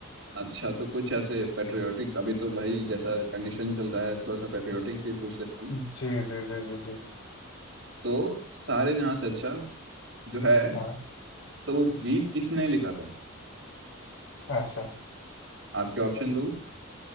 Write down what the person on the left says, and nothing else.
जी जी जी जी जी
हाँ
अच्छा